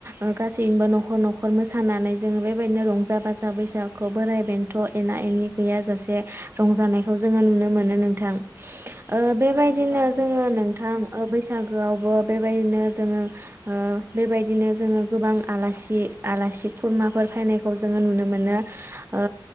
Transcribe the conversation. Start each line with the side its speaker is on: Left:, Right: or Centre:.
Right: ओ गासैनिबो न'खर न'खर मोसानानै जोङो बेबायदिनो रंजा बाजा बैसागुखौ बोराइ बेन्थ' एना एनि गैयाजासे रंजानायखौ जोङो नुनो मोनो नोंथां ओ बेबायदिनो
Left: औ नोंथां नंगौ
Right: जोङो नोंथां ओ बैसागोआवबो बेबायदिनो जोङो ओ बेबायदिनो जोङो गोबां आलासि आलासि खुरमाफोर फायनायखौ जोङो नुनो मोनो। ओ